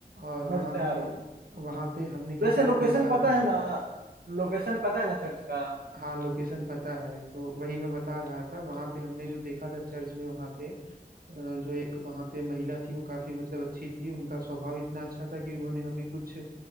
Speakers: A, on the right; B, on the right.
A: और
B: मैं
A: वहां
B: तो तैयार
A: पे
B: हूँ
A: वहां पे हमने किसी
B: वैसे
A: को
B: लोकेशन
A: देखा
B: पता
A: था
B: है ना लोकेशन पता है ना चर्च का
A: हाँ लोकेशन पता है तो वही मैं बता रहा था वहां पे हमने जो देखा था चर्च में वहां पे अ, जो एक वहां पे महिला थी वो काफी मतलब अच्छी थी उनका स्वभाव इतना अच्छा था कि उन्होंने हमें कुछ